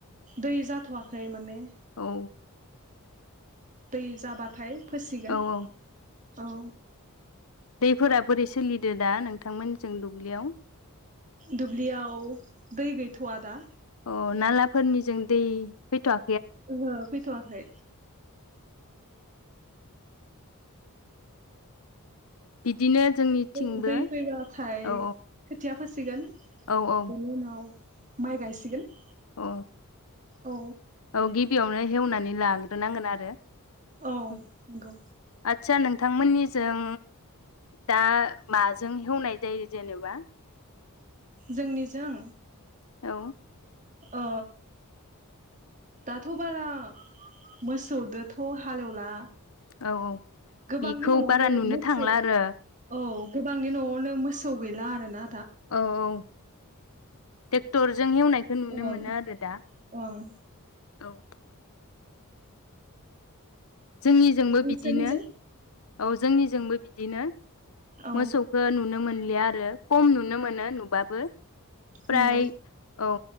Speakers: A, on the right; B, on the left.
A: दै जाथ'वाखै माने।
B: औ
A: दै जाबाथाय फोसिगोन।
B: औ औ
A: औ।
B: दैफोरा बोरै सोलिदो दा नोंथांमोनजों दुब्लियाव?
A: दुब्लियाव दै गैथ'आ दा
B: अ नालाफोरनिजों दै फैथ'वा
A: ओहो फैथ'वाखै।
B: बिदिनो जोंनिथिंबो
A: दै दै फैबाथाय
B: औ
A: खोथिया फोसिगोन बेनि
B: औ औ
A: उनाव माइ गायसिगोन
B: अ
A: औ
B: औ गिबियावनो हेवनानै लाग्रोनांगोन आरो
A: औ
B: <unintelligible>
A: नंगौ
B: आतसा नोंथांमोननि जों दा माजों हेवनाय जायो जेनेबा?
A: जोंनिजों?
B: औ
A: अ दाथ' बारा मोसौदो थ' हाल हेवला
B: औ औ
A: गोबांनि
B: बेखौ
A: न'आवनो
B: बारा नुनो
A: मोसौ
B: थांला आरो
A: औ गोबांनि न'आव नो मोसौ गैला आरो ना
B: औ औ टेक्टरजों एवनायखौ नुनो
A: ओं
B: मोनो आरो दा।
A: ओं
B: औ जोंनिजोंबो
A: नोंसोरनिजों?
B: बिदिनो औ जोंनिजोंबो बिदिनो।
A: औ
B: मोसौखौ नुनो मोनलि या आरो खम नुनो मोनो नुबाबो। प्राय
A: नंगौ
B: औ